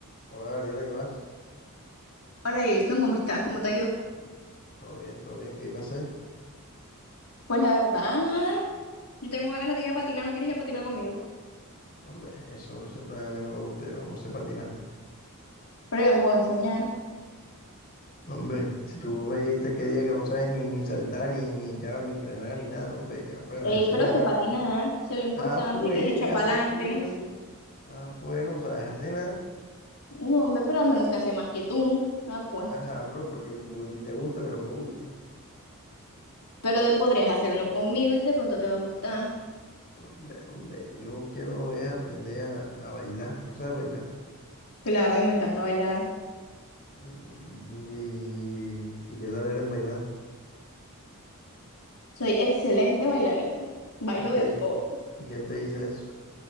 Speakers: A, on the left; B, on the left.
A: Hola Gabriela, ¿qué más?
B: Hola Jason, ¿cómo estás? ¿Cómo te ha ido?
A: Todo bien, todo bien, ¿qué ahí pasé?
B: Pues la verdad, nada. Yo tengo ganas de ir a patinar, ¿no quieres ir a patinar conmigo?
A: Hombre, eso siempre a mí no me gusta, yo no sé patinar.
B: Pero yo te puedo enseñar.
A: No, hombre, si tú me dijiste que día que no sabes ni, ni saltar, ni, ni echar, ni frenar, ni nada, no, hombre, ah, pues me
B: Ey,
A: vas a enseñar
B: pero se
A: mal.
B: patina, ¿eh? Eso es lo importante,
A: Ah, pues,
B: que es echar
A: ah,
B: pa'lante.
A: pues, ah, pues, no sabes hacer nada.
B: No, hombre, pero al menos se hace más que tú. Ah, pues.
A: Ajá, pero porque tú a ti te gusta, pero no me gusta.
B: Pero de- podrías hacerlo conmigo y de pronto te va a gustar.
A: No, hombre, no, hombre, yo quiero es aprender a, a bailar, ¿tú sabes bailar?
B: Claro, a mí me encanta bailar.
A: Mm, ¿Y, y qué tal eres bailando?
B: Soy excelente bailarina. Bailo
A: ¿Quién te,
B: de todo.
A: y quién te dice eso?